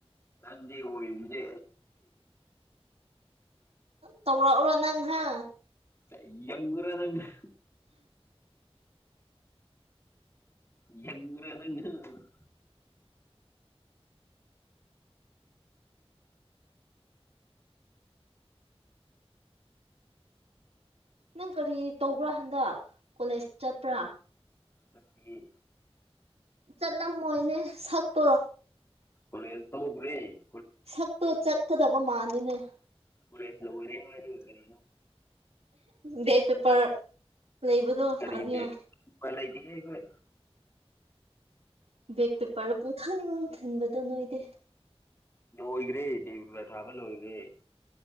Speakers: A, on the left; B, on the right.
A: ꯪꯗꯤ ꯑꯣꯏꯖꯦ
B: ꯇꯧꯔꯥ ꯎꯔꯥ ꯅꯪ ꯍꯥ
A: ꯇꯃꯔ ꯑꯗꯨꯦ ꯌꯦ <unintelligible>
B: ꯅꯪ ꯀꯔꯤ ꯇꯧꯕ꯭ꯔꯥ ꯍꯟꯗꯛ ꯀꯣꯂꯦꯖ ꯆꯠꯄ꯭ꯔꯥ
A: ꯁꯇꯦ ꯅꯤꯦ
B: ꯆꯠꯂꯝꯃꯣꯏꯅꯦ ꯁꯛꯇꯣ
A: ꯀꯣꯁ ꯇꯣꯦ
B: ꯁꯛꯇꯣ ꯆꯠꯀꯗꯕ ꯃꯥꯥꯟꯜꯂꯤꯅꯦ
A: ꯄꯨꯁ ꯂ ꯑꯣꯏꯋꯔꯦ ꯍꯥꯏꯔꯦ ꯑꯣꯏꯦꯔꯦ
B: ꯕꯦꯛꯦꯛ ꯄꯦꯄꯔ ꯂꯩꯕꯗꯣ
A: ꯀꯔꯤ
B: ꯊꯥꯗ
A: ꯕꯦꯛ ꯎꯄꯥꯏ ꯂꯩꯇꯦꯍꯦ ꯑꯩꯈꯣꯏ
B: ꯕꯦꯛ ꯄꯦꯄꯔꯗ ꯄꯨꯡꯊꯟ ꯃꯥꯡ ꯊꯟꯕꯗ ꯅꯣꯏꯗꯦ
A: ꯂꯣꯏꯈ꯭ꯔꯦ ꯗꯦꯕꯤꯕ ꯊꯥꯕ ꯂꯣꯏꯈꯔꯦ